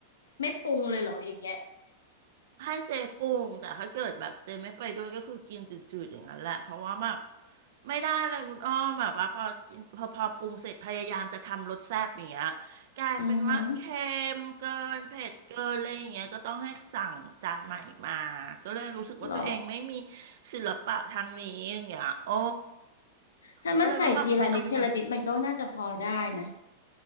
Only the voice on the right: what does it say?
ให้เจปรุงแต่ถ้าเกิดแบบเจไม่ไปด้วยก็คือกินจืดๆอย่างนั้นแหละเพราะว่าแบบไม่ได้เลยคุณอ้อมแบบว่าพอกินพอพอปรุงเสร็จพยายามจะทำรสแซ่บอย่างเงี้ยกลายเป็นว่าเค็มเกินเผ็ดเกินอะไรอย่างเงี้ยก็ต้องให้สั่งจานใหม่มา
ก็เลยรู้สึกว่าตัวเองไม่มี
ศิลปะทางนี้อย่างเงี้ยโอ้
ก็เลยว่าแบบไม่เอาดีกว่า